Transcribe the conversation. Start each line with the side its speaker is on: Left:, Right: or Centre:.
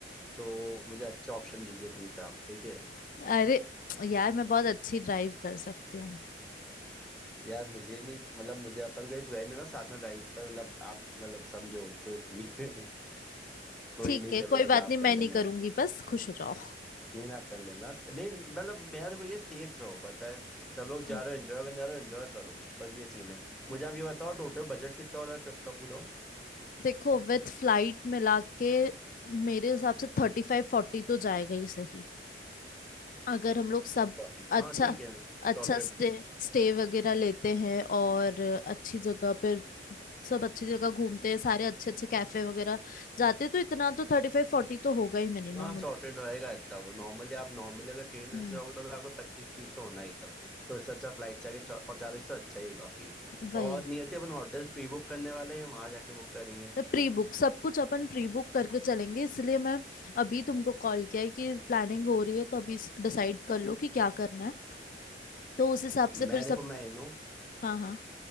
Centre: तो मुझे अच्छा ऑप्शन दीजिए प्लीज आप ठीक है
Left: अरे यार मैं बहुत अच्छी ड्राइव कर सकती हूँ
Centre: यार मुझे नहीं मतलब मुझे अपन कहीं गए नहीं ना साथ में ड्राइव पर मतलब आप मतलब समझो तो इसलिए <laughs> कोई
Left: ठीक
Centre: नहीं
Left: है
Centre: चलो
Left: कोई
Centre: ठीक
Left: बात
Centre: है आप
Left: नहीं
Centre: कर
Left: मैं नहीं
Centre: लेना
Left: करूंगी बस खुश हो जाओ
Centre: नहीं ना आप कर लेना नहीं मतलब मेरा देखो ये सेफ रहो पता है सब लोग जा
Left: हम्म।
Centre: रहे हो एंजॉय करने जा रहे हो एंजॉय करो बस ये सीन है मुझे आप ये बताओ टोटल बजट कितना हो रहा है ट्रिप का पूरा
Left: देखो विथ फ्लाइट मिला के मेरे हिसाब से थर्टी फाइव फोर्टी तो जाएगा ही सही अगर हम लोग सब
Centre: फोर्टी
Left: अच्छा
Centre: हाँ ठीक है सॉर्टेड
Left: अच्छा स्टे स्टे वगैरह लेते हैं और अच्छी जगह पर सब अच्छी जगह घूमते हैं सारे अच्छे अच्छे कैफे वगैरह जाते हैं, तो इतना तो थर्टी फाइव फोर्टी तो होगा ही मिनिमम
Centre: हाँ सॉर्टेड रहेगा इतना वो नॉर्मली आप नॉर्मली अगर ट्रेन में
Left: हम्म
Centre: से जाओगे तो भी आपको पच्चीस तीस तो होना ही था तो इससे अच्छा फ्लाइट से आगे चालीस तो अच्छा ही है काफी
Left: वही
Centre: और नियति अपन होटल प्री बुक करने वाले हैं वहां जाके बुक करेंगे
Left: प्री बुक सब कुछ अपन प्री बुक करके चलेंगे इसलिए मैं अभी तुमको कॉल किया है कि प्लानिंग हो रही है तो अभी डिसाइड कर लो कि क्या करना है तो उस हिसाब से
Centre: मैं
Left: फिर सब
Centre: देखो मैं इन हूँ
Left: हाँ हाँ